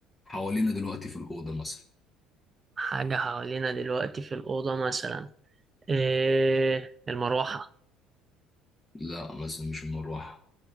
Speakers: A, on the left; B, on the right.
A: حوالينا دلوقتي في الاوضه مثلا
B: حاجة حوالينا دلوقتي في الأوضة مثلا إيه المروحة
A: لا مثلا مش المروحة